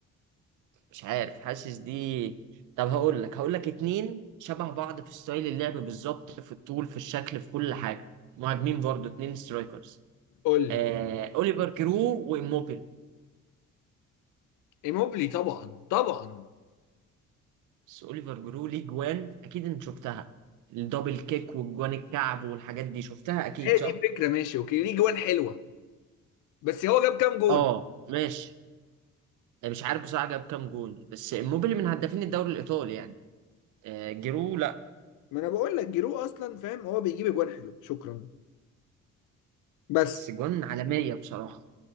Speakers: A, on the right; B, on the left.
A: مش عارف حاسس دي طب هقول لك هقول لك اتنين شبه بعض في ستايل اللعب بالظبط في الطول في الشكل في كل حاجه مهاجمين برضو اتنين سترايكرز
B: قول لي
A: آه... اوليفر جرو واموبيل
B: ايموبلي طبعا طبعا
A: بس اوليفر جرو ليه جوان اكيد انت شفتها الدبل كيك والجوان الكعب والحاجات دي شفتها اكيد
B: هي دي
A: صح
B: فكره ماشي اوكي ليه جوان حلوه بس هو جاب كام جون
A: اه ماشي مش عارف بصراحه جاب كام جول بس اموبيل من هدافين الدوري الايطالي يعني آه... جرو لا
B: ما انا بقول لك جيرو اصلا فاهم هو بيجيب اجوان حلو شكرا بس
A: بس جوان عالميه بصراحه